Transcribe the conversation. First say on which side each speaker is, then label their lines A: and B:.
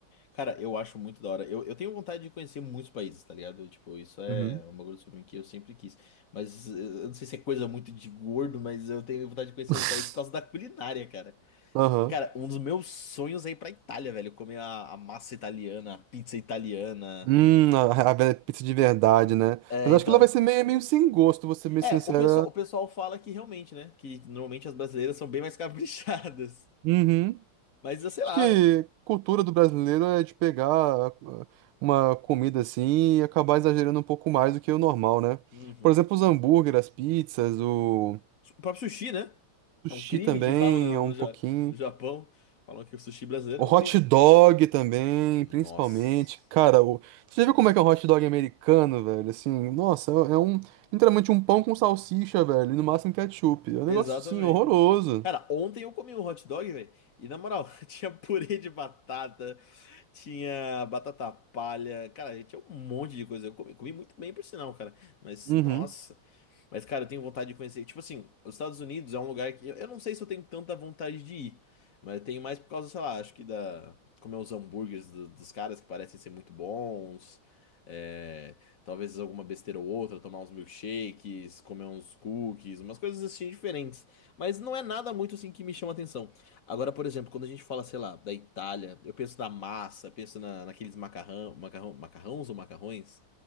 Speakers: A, on the left; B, on the right.
A: Cara, eu acho muito da hora. Eu, eu tenho vontade de conhecer muitos países, tá ligado? Tipo, isso é
B: Uhum.
A: um bagulho sobre mim que eu sempre quis. Mas eh, eu não sei se é coisa muito de gordo, mas eu tenho vontade de conhecer
B: <laughs>
A: os países por causa da culinária, cara.
B: Aham.
A: Cara, um dos meus sonhos é ir pra Itália, velho. Comer a, a massa italiana, a pizza italiana.
B: Hum, a, a velha pizza de verdade, né?
A: É,
B: Mas
A: então.
B: acho que ela vai ser meio, meio sem gosto, vou ser meio
A: É,
B: sincera.
A: o pessoal, o pessoal fala que realmente, né? Que normalmente as brasileiras são bem mais <laughs> caprichadas.
B: Uhum.
A: Mas, eu sei
B: Acho
A: lá.
B: que cultura do brasileiro é de pegar ah, uma comida assim e acabar exagerando um pouco mais do que o normal, né?
A: Uhum.
B: Por exemplo, os hambúrgueres, as pizzas, o
A: O próprio sushi, né?
B: sushi
A: Que é um crime
B: também
A: que falam no,
B: é um
A: no, Ja-
B: pouquinho.
A: no Japão. Falam que o sushi brasileiro
B: O
A: é
B: hot
A: um crime.
B: dog também,
A: Nossa.
B: principalmente. Cara, o... você já viu como é que é um hot dog americano, velho? Assim, nossa, é é um literalmente um pão com salsicha, velho, e no máximo ketchup. É um negócio
A: Exatamente.
B: assim horroroso.
A: Cara, ontem eu comi um hot dog, velho. E na moral, <laughs> tinha purê de batata, Tinha batata palha. Cara, tinha um monte de coisa. Eu comi, comi muito bem, por sinal, cara. Mas,
B: Uhum,
A: nossa. Mas, cara, eu tenho vontade de conhecer. Tipo assim, os Estados Unidos é um lugar que eu, eu não sei se eu tenho tanta vontade de ir, mas eu tenho mais por causa, sei lá, acho que da. Comer os hambúrgueres do- dos caras que parecem ser muito bons. é, talvez alguma besteira ou outra, tomar uns milkshakes, comer uns cookies, umas coisas assim diferentes. Mas não é nada muito assim que me chama atenção. Agora, por exemplo, quando a gente fala, sei lá, da Itália, eu penso na massa, penso na, naqueles macarrão, macarrão, macarrões ou macarrões.